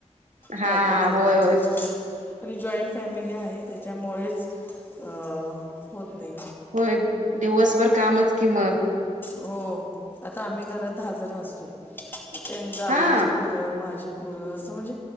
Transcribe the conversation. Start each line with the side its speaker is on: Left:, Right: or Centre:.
Right: हा
Left: त्यातच जातो
Right: होय होय.
Left: आणि जॉईंट फॅमिली आहे त्याच्यामुळेच अह होत नाही.
Right: होय दिवसभर कामच कि म
Left: हो, आता आम्ही घरात दहा जण असतो, तीन जावेची
Right: हा
Left: पोरं, माझी पोरं असं म्हणजे